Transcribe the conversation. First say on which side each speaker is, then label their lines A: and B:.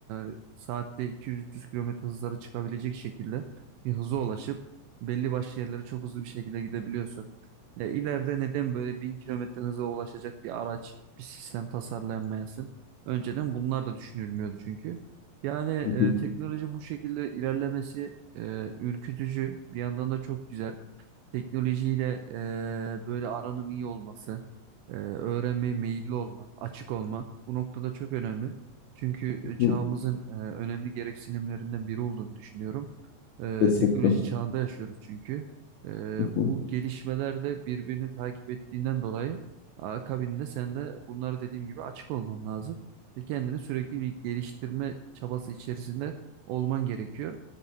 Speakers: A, on the right (about 80°); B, on the left (about 70°).
A: ee, saatte 200-300 kilometre hızlara çıkabilecek şekilde bir hıza ulaşıp belli başlı yerlere çok hızlı bir şekilde gidebiliyorsun. E, ileride neden böyle 1000 kilometre hıza ulaşacak bir araç, bir sistem tasarlanmayasın? Önceden bunlar da düşünülmüyordu çünkü. Yani e,
B: Hı hı,
A: teknoloji bu şekilde ilerlemesi e, ürkütücü. Bir yandan da çok güzel teknolojiyle e, böyle aranın iyi olması, e, öğrenmeye meyilli olman, açık olman bu noktada çok önemli. Çünkü e, çağımızın
B: hı, hı,
A: e, önemli gereksinimlerinden biri olduğunu düşünüyorum. E,
B: Kesinlikle.
A: teknoloji çağında yaşıyoruz çünkü. E,
B: Hı hı.
A: bu gelişmeler de birbirini takip ettiğinden dolayı akabinde sen de bunları dediğim gibi açık olman lazım ve kendini sürekli bir geliştirme çabası içerisinde olman gerekiyor.